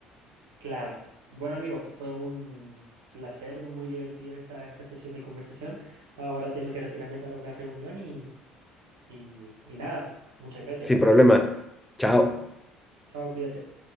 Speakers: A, on the right (about 75°); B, in the centre.
A: Claro. Bueno, amigos, fue un placer, muy divertido esta, esta sesión de conversación. Ahora tengo que retirarme para una reunión y, y, y nada, muchas gracias.
B: Sin problema. Chao.
A: Chao, cuídate.